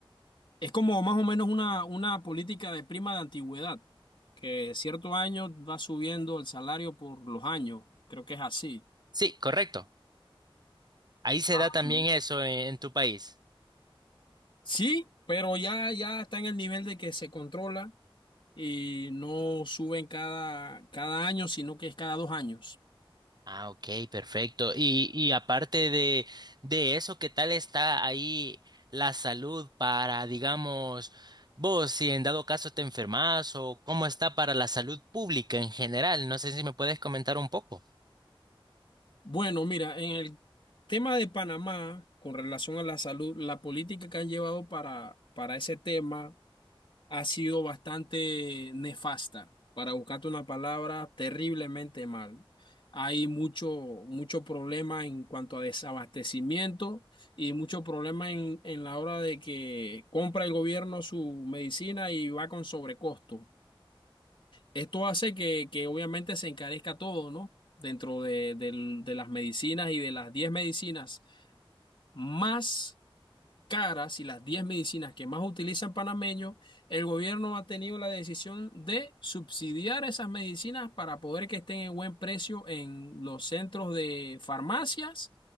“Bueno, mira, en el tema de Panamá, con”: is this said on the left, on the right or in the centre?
Left